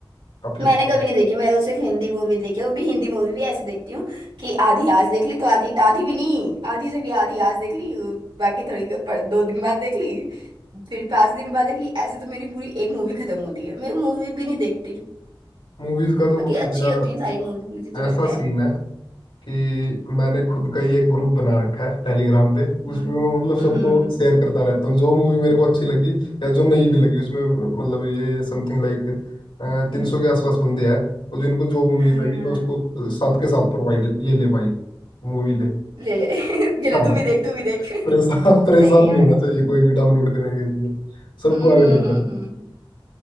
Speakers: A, on the left; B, on the right.
A: काफी
B: मैंने
A: अच्छी
B: कभी नहीं देखी मैं तो सिर्फ हिंदी मूवी देखी है वो भी हिंदी मूवी भी ऐसे देखती हूँ कि आधी आज देख ली तो आधी आधी भी नहीं आधी से भी आधी आज देख ली बाकी थोड़ी पर दो दिन बाद देख ली फिर पांच दिन बाद देख ली ऐसे तो मेरी पूरी एक मूवी खत्म होती है मैं मूवी भी नहीं देखती
A: मूवीज का तो
B: बाकी अच्छी
A: मेरा
B: होती है सारी मूवी मुझे
A: ऐसा
B: तो लगता है
A: सीन है कि मैंने खुद का ही एक ग्रुप बना रखा है टेलीग्राम पे
B: हम्म
A: उसमें मैं मतलब
B: हम्म
A: सबको
B: हम्म,
A: शेयर करता रहता हूँ जो मूवी मेरे को अच्छी लगी या जो नहीं भी लगी उसमें मतलब ये समथिंग लाइक तीन सौ के आसपास बंदे हैं और जिनको जो मूवी
B: हाँ, हाँ,
A: चाहिए
B: हाँ,
A: मैं
B: हाँ।
A: उसको साथ के साथ प्रोवाइड ये ले भाई मूवी ले
B: ले ले <laughs> ये ले
A: हाँ
B: तू भी देख तू भी देख <laughs> सही
A: परेशान परेशान
B: है
A: नहीं
B: बड़े
A: होना चाहिए कोई भी डाउनलोड करने के लिए सबको
B: हम्म
A: अवेलेबल
B: हम्म हम्म हम्म।